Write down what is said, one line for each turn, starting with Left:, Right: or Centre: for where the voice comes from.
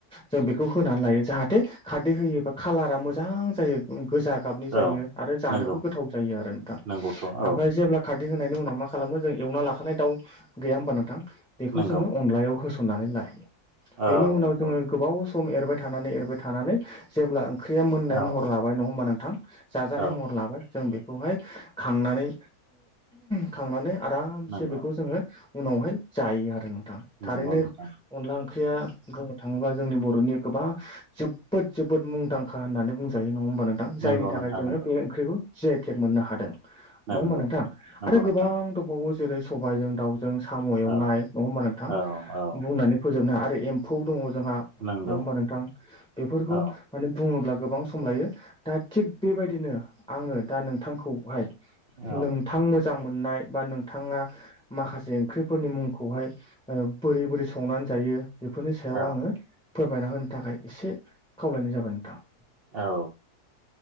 Centre: जों बेखौ होनानै लायो जा जाहाथे खारदै होयोबा कालारा मोजां जायो गोजा गाबनि जायो
Right: औ
Centre: आरो जानोबो
Right: नंगौ
Centre: गोथाव जायो आरो नोंथां
Right: नंगौथ'
Centre: ओमफ्राय
Right: औ
Centre: जेब्ला खारदै होनायनि उनाव मा खालामो जों एवनाइ लाखानाय दाव गैया होनबा नोंथां बेखौ
Right: नंगौ
Centre: जोंङो अनलायाव होस ननानै लायो बेनि
Right: औ
Centre: उनाव
Right: नंगौ
Centre: जोङो गोबाव सम एरबाय थानानै एरबाय थानानै जेब्ला ओख्रिया मोननाय
Right: औ
Centre: महर लाबाय नङा होमबा नोंथां जाजानाय
Right: औ
Centre: महर लाबाय जों बेखौ खांनानै बेखौ आरामसे
Right: नंगौ
Centre: बेखौ जोङो उनावहाय जायो आरो नोंथां
Right: नंगौ
Centre: थारैनो
Right: नोंथां
Centre: अनला ओंख्रि ओंख्रिया बुंनो थांङोबा जोंनि बर'नि गोबां जोबोद जोबोद मुंदांखा होननानै बुंजायो नङा <unintelligible>
Right: नंगौ
Centre: जायनि थाखाय
Right: नोंथां
Centre: जोंङो
Right: नंगौ
Centre: बे ओंख्रिखौ जि आइ टेक मोननो हादों नंङा
Right: नंगौ
Centre: होनबा नोंथां
Right: नंगौ
Centre: आरो गोबां
Right: नोंथां
Centre: दंबावो जेरै सबायाइजों दाउ साम एवनाय
Right: औ
Centre: नंङा होनबा नोंथां
Right: औ औ
Centre: बुंनानै आरो एम्फौ जोंहा नंङा
Right: नंगौ
Centre: होमबा नोंथां बेफोरखौ
Right: औ
Centre: माने बुङोब्ला गोबां सम लायो दा थिग बेबायदिनो आंङो दा नोंथांखौहाय
Right: औ
Centre: नोंथां मोजां मोननाय बा नोंथांङा माखासे ओंख्रिफोरनि मुंखौ बेहाय बोरै बोरै संनानै जायो बेफोरनि सायाव
Right: औ
Centre: आंङो फोरमायना होनो थाखाय एसे खावलायनाय जाबाय नोंथां
Right: औ